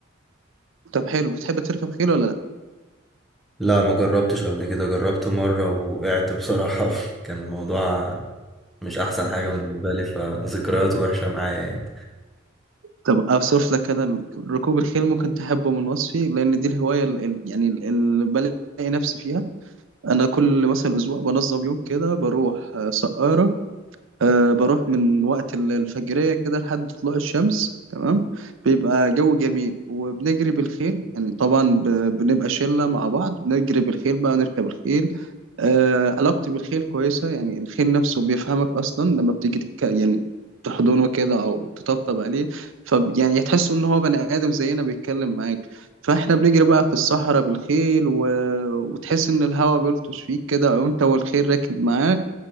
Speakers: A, on the right (about 70°); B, in the centre.
A: طب حلو بتحب تركب خيل ولا لا؟
B: لا ما جربتش قبل كده جربت مرة وقعت بصراحة <laughs> كان الموضوع مش احسن حاجة بالنسبة لي فذكرياته وحشة معايا يعني
A: طب اوصف لك انا ال- ركوب الخيل ممكن تحبه من وصفي لان دي الهواية ال- ال- يعني ال- اللي بلاقي نفسي فيها انا كل مثلا اسبوع بنظم يوم كده بروح آه، سقارة أه بروح من وقت ال- الفجرية كده لحد طلوع الشمس تمام بيبقى جو جميل وبنجري بالخيل يعني طبعا ب- بنبقى شلة مع بعض بنجري بالخيل بقى نركب الخيل أه علاقتي بالخيل كويسة يعني الخيل نفسه بيفهمك أصلا لما بتيجي تك... يعني تحضنه كده أو تطبطب عليه ف يعني تحس إن هو بني آدم زينا بيتكلم معاك فاحنا بنجري بقى في الصحراء بالخيل و... وتحس ان الهواء بيلطش فيك كده وانت والخيل راكب معاه